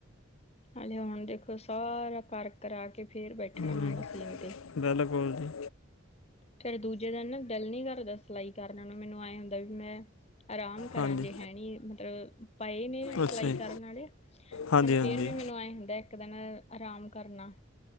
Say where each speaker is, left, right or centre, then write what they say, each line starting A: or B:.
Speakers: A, on the left; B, on the left.
A: ਹਾਲੇ ਹੁਣ ਦੇਖੋ ਸਾਰਾ ਕਰ ਕਰਾ ਕੇ ਫੇਰ ਬੈਠਣਾ ਮੈਂ
B: ਹਮ,
A: ਮਸ਼ੀਨ ਤੇ,
B: ਬਿਲਕੁਲ ਜੀ
A: ਫਿਰ ਦੂਜੇ ਦਿਨ ਨਾ ਦਿਲ ਨੀ ਕਰਦਾ ਸਿਲਾਈ ਕਰਨ ਨੂੰ, ਮੈਨੂੰ ਐਏ ਹੁੰਦਾ ਵੀ ਮੈਂ ਆਰਾਮ ਕਰਾਂ
B: ਹਾਂਜੀ
A: ਜੇ ਹੈ ਨੀ ਮਤਲਬ ਪਏ ਨੇ ਸਿਲਾਈ
B: ਅੱਛਾ ਜੀ
A: ਕਰਨ ਆਲੇ
B: ਹਾਂਜੀ
A: ਪਰ
B: ਹਾਂਜੀ
A: ਫੇਰ ਵੀ ਮੈਨੂੰ ਐ ਹੁੰਦਾ ਇੱਕ ਦਿਨ ਆਰਾਮ ਕਰਲਾ।